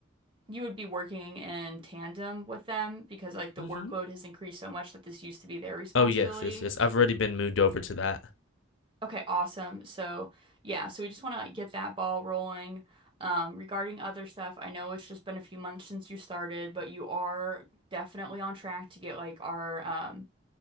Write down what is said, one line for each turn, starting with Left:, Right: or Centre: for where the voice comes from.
Right: you would be working in tandem with them because like the
Left: Mm-hmm.
Right: workload has increased so much that this used to be their responsibility.
Left: Oh yes, yes, yes. I've already been moved over to that.
Right: Okay, awesome. So, yeah, so we just want to like get that ball rolling. Um, regarding other stuff, I know it's just been a few months since you started, but you are definitely on track to get like our um